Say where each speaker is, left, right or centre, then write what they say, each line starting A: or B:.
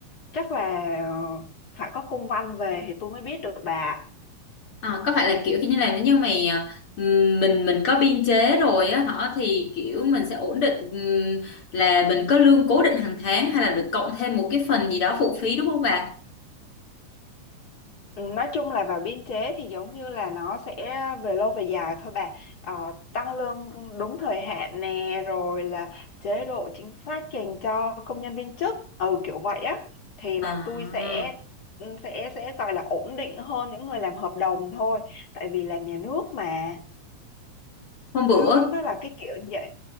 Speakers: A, on the left; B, on the left.
A: chắc là ờ, phải có công văn về thì tôi mới biết được bà
B: À, có phải là kiểu như là nếu như mày ờ, ừm, mình mình có biên chế rồi á hả thì kiểu mình sẽ ổn định ừm, là mình có lương cố định hàng tháng hay là được cộng thêm một cái phần gì đó phụ phí đúng không bà?
A: Ừ, Nói chung là vào biên chế thì giống như là nó sẽ về lâu về dài thôi bà ờ, tăng lương đúng thời hạn nè rồi là chế độ chính sách dành cho công nhân viên chức ừ kiểu vậy á thì là
B: À,
A: tôi sẽ ừ, sẽ sẽ gọi là ổn định hơn những người làm hợp đồng thôi tại vì làm nhà nước mà
B: hôm
A: đó
B: bữa
A: nó là cái kiểu như vậy